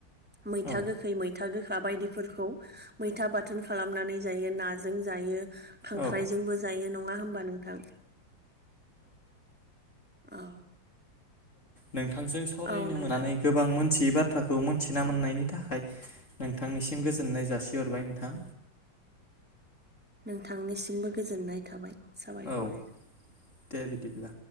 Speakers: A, in the centre; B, on the left.
A: मैथा
B: औ
A: गोखै मैथा गो खा बायदिफोरखौ मैथा बाथोन खालामनानै जायो नाजों जायो खांख्राइजोंबो
B: औ
A: जायो नङा ङा होमबा नोंथां औ
B: नोंथांजों सावरायनो
A: औ नोंथां
B: मोननानै गोबां मोनथियो बा बाथ्राखौ मोनथिना मोननायनि थाखाय नोंथांनिसिम गोजोननाय जासिहरबाय नोंथां
A: नोंथांनिसिमबो गोजोननाय थाबाय साबायखर।
B: औ दे बिदिब्ला।